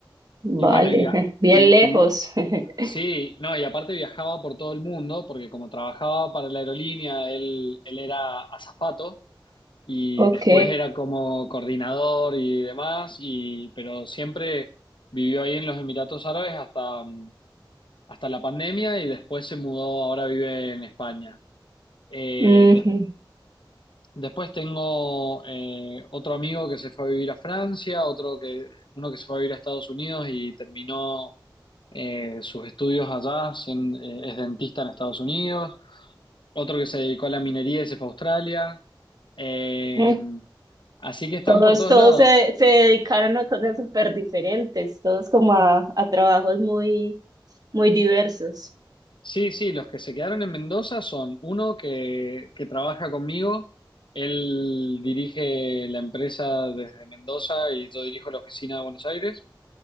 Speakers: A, on the right (about 50°); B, on the left (about 75°).
A: vale,
B: y bueno, y, via-
A: <laughs> bien
B: y,
A: lejos.
B: y-
A: <laughs>
B: sí, no, y aparte viajaba por todo el mundo, porque como trabajaba para la aerolínea, él, él era azafato, y
A: Ok,
B: después era como coordinador y demás, y, pero siempre vivió ahí en los Emiratos Árabes hasta, mm, hasta la pandemia y después se mudó, ahora vive en España. Eh,
A: ujú.
B: des- después tengo eh, otro amigo que se fue a vivir a Francia, otro que, uno que se fue a vivir a Estados Unidos y terminó eh, sus estudios allá, sien- eh, es dentista en Estados Unidos, otro que se dedicó a la minería y se fue a Australia. Eh,
A: Mm,
B: así que están
A: Todos,
B: por todos
A: todos
B: lados.
A: se, se dedicaron a cosas súper diferentes, todos como a, a trabajos muy Muy diversos.
B: Sí, sí, los que se quedaron en Mendoza son uno que, que trabaja conmigo, él dirige la empresa desde Mendoza y yo dirijo la oficina de Buenos Aires,